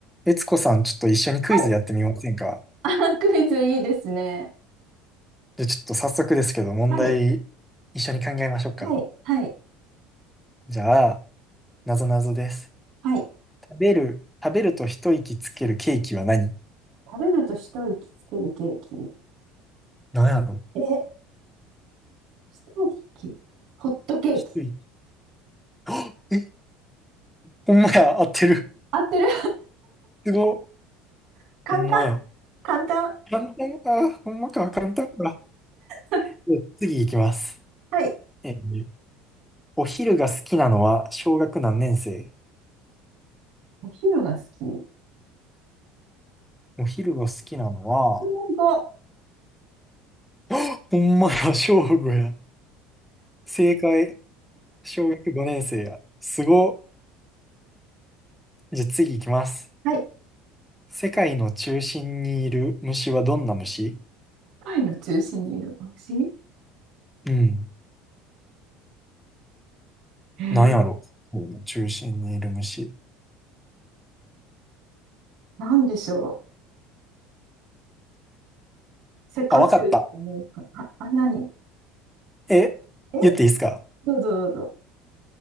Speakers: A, in the centre; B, on the right.
A: 悦子さん、ちょっと一緒にクイズやってみませんか
B: はい。<laughs> あ、クイズいいですね。
A: じゃあちょっと早速ですけど、問題
B: はい。
A: 一緒に考えましょうか。
B: はい。はい。
A: じゃあ、なぞなぞです。
B: はい。
A: 食べる、食べると一息つけるケーキは何
B: 食べると一息つけるケーキ。
A: 何やろ
B: え、一息ホットケーキ。
A: 一息。あえ、ほんまや、合ってる。
B: 合ってる
A: すごっ。
B: <laughs> 簡単。
A: ほんまや。
B: 簡単。
A: 簡単か。ほんまか、簡単か。
B: <laughs>
A: じゃあ次いきます。
B: はい。
A: えーお昼が好きなのは小学何年生
B: お昼が好き。
A: お昼が好きなのは、
B: 本当。
A: <gasps> あほんまや、小五や。正解。小学5年生や。すご。じゃあ次行きます。
B: はい。世
A: 世界の中心にいる虫はどんな虫
B: 界の中心にいる牛。
A: うん。
B: えー、
A: なんやろ世界の中心にいる虫。
B: なんでしょう。セカチュウって思うか。
A: あ、わかった。
B: あ、あ、何
A: え、
B: え
A: 言っていいですか
B: どうぞどうぞ。